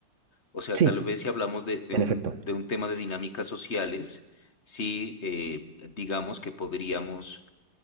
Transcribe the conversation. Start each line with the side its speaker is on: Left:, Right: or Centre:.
Left: O sea,
Right: Sí,
Left: tal vez si hablamos de, de
Right: en
Left: un,
Right: efecto.
Left: de un tema de dinámicas sociales, sí, eh, digamos que podríamos